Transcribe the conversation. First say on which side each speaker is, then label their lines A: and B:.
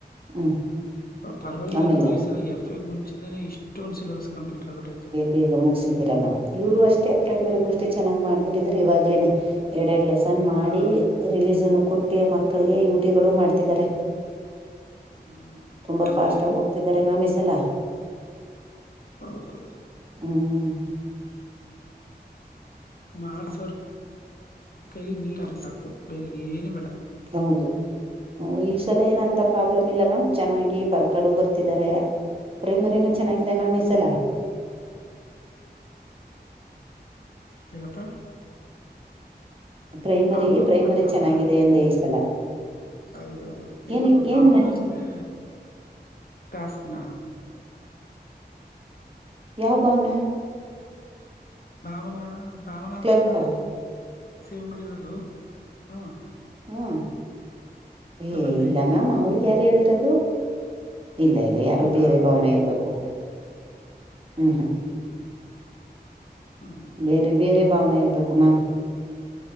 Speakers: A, on the right; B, on the left.
A: ಹ್ಮ್
B: ಪರವಾಗಿಲ್ಲ
A: ಆಮೇಲೆ
B: ನೋಡು ಈ ಸಲ ಎಫ್ ಎ ಮುಂಚ ಇಷ್ಟ ಇಷ್ಟಂದನ್ ಸಿಲೆಬಸ್ ಕಂಪ್ಲೀಟ್ ಆಬಟ್ಟೈತೆ
A: ಬೇಗ ಮುಗಸಿದೀರ ನ್ ಇವ್ರು ಅಷ್ಟೇ ಪ್ರೈಮರಿಗೂ
B: ಹ್ಮ್
A: ಅಷ್ಟೆ ಚೆನ್ನ್ ಮಾಡ್ಬಿಟ್ಟಿದಿದ್ದಾರೆ ಇವಾಗ್ಲೇನೆ ಎರಡೆ ಎರಡ್ ಲೆಸ ತನ್ ಮಾಡಿ
B: ಹ
A: ರಿವಿಸನ್ ಕೊಟ್ಟಿ ಮಕ್ಕಳಿಗೆ ಯುಟಿ ಗಳು ಮಾಡ್ತಿದ್ದಾರೆ
B: ಹ್ಮ್
A: ತುಂಬಾ
B: ಹಂಗೆ
A: ಫಾಸ್ಟ್ ಆಗ ಹೋಗ್ತಿದ್ದಾರೆ ಮಾಮೀ್ಲ
B: ಹೌದುದು
A: ಹ್ಮ್
B: ಮಾಡ ಸಾವಿರ್ ಕೈಲಿ ನೀರ್ ಸಾಕು ಬೆೇರೆಗ್ ಏನು ಬೇಡ
A: ಹೌದು ಈ ಸಲ ಏನಂತ ಪ್ರಾಬ್ಲಮ್ ಇಲ್ಲ ಮ್ಯಾಮ್ ಚೆನ್ನಾಗಿ ಬರ್ ಕಡು ಬರ್ತಿದ್ದಾರೆ ಪ್ರೈಮರಿನೂ ಚೆನ್ನಾಗಿದೆ ಮ್ಯಾಮ್ ಈಸಲ
B: ಹ್ಮ್ <inaudible> ನಿಿನಪ್ಪ
A: ಪ್ರೈಮರಿ
B: ಭಾವನಾನು
A: ಪ್ರೈಮರಿ
B: ಮಾಡ್ತಾವಳ
A: ಚೆನ್ನಾಗಿದೆ ಎಂದೇ ಈ ಸಲ
B: ಹೌದೌದು ಇದು
A: ಏನಕ್ ಏನ್
B: ಭಾವನನೇ ಟಾಸ್ಕ್ನ
A: ಯಾವ ಭಾವನಾ
B: ಭಾವನಾ ಭಾವನಾ ಅಂತ
A: ಕ್ಲರ್ಕಾ
B: ನನ್ು ಸೇವ್ ಮಾಡಿರೋದು ಹ
A: ಹ್ಮ ಏ
B: ಬಂದೈತೆ
A: ಇಲ್ಲ ಮ್ಯಾಮ್ ಅವ್ರಗ ಯ ಹೇಳಿರೋದು ಇಲ್ಲ ಇಲ್ಲ ಯಾರು
B: ಇಲ್ವಾ
A: ಬೇರೆ ಭಾವನೆ ಇರ್ಬೇಕು ಹ್ಮಂ ಹ್ಮ
B: ಹ್ಮ್ ಸರಿ ಹ್ಮ್
A: ಬೇರೆ ಬೇರೆ ಭಾವನೆ ಇರಬೇಕು ಮಾ